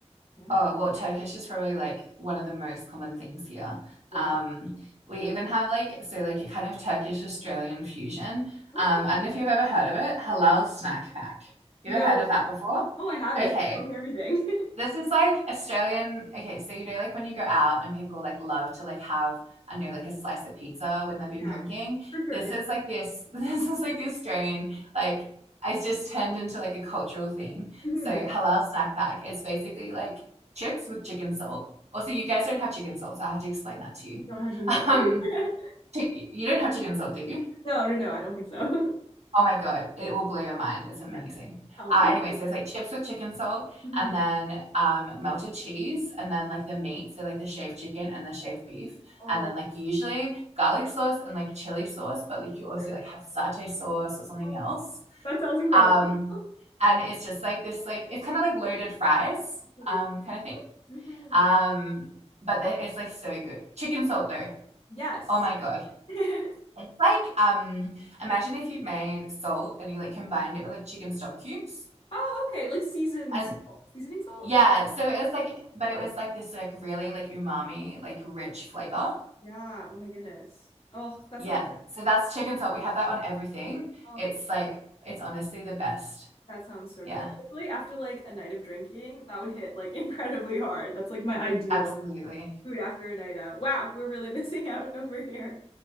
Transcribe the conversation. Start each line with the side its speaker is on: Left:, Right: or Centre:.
Left: Yeah.
Right: Oh, well, Turkish is probably like one of the most common things here.
Left: Wow.
Right: Um, we even have like, so like a kind of Turkish Australian fusion.
Left: Oh,
Right: Um, I don't know if you've ever heard of it, halal snack pack. You
Left: no
Right: ever heard
Left: way.
Right: of that before?
Left: Oh, I haven't.
Right: Okay.
Left: Tell me everything. <laughs>
Right: This is like Australian. Okay, so you know, like when you go out and people like love to like have, I know, like a slice of pizza when they've been
Left: Yeah,
Right: drinking.
Left: for sure.
Right: This
Left: Yeah.
Right: is like this. <laughs> This is like the Australian. Like it's just turned into like a cultural thing.
Left: Mhm.
Right: So halal snack pack. It's basically like chips with chicken salt. Also, you guys don't have chicken salt, so I have to explain that to you.
Left: You don't
Right: <laughs>
Left: have chicken salt.
Right: Um,
Left: <laughs>
Right: you don't have chicken salt, do you?
Left: No, no, no, I don't think so. <laughs>
Right: Oh my God, it will blow your mind. It's amazing.
Left: Yes. Tell me.
Right: Uh, anyway, so it's like chips with chicken salt
Left: Mhm.
Right: and then um, melted cheese and then like the meat. So like the shaved chicken and the shaved beef.
Left: Oh,
Right: And then like usually garlic sauce and like chili sauce, but like you also
Left: there.
Right: like have satay sauce or something
Left: Oh,
Right: else.
Left: that sounds incredible.
Right: Um,
Left: <laughs>
Right: and it's just like this, like it's kind of like loaded fries
Left: Really.
Right: um, kind of thing.
Left: hmm
Right: Um, but it's like so good. Chicken salt though.
Left: Yes.
Right: Oh my God.
Left: <laughs>
Right: It's like um imagine if you made salt and you like combined it with like chicken stock cubes.
Left: Oh, okay. Like seasoned
Right: And
Left: salt. Seasoning salt?
Right: yeah,
Left: Yeah.
Right: so it was like but it was like this like really like umami, like rich flavor.
Left: Yeah. Oh my goodness. Oh, that
Right: Yeah.
Left: sounds
Right: So that's chicken salt. We have that on everything.
Left: oh,
Right: It's like it's honestly the best.
Left: that sounds so
Right: Yeah,
Left: good. Especially after like a night of drinking, that would hit like <laughs> incredibly hard. That's like my ideal
Right: absolutely.
Left: food after a night out. Wow, we're really <laughs> missing out over here.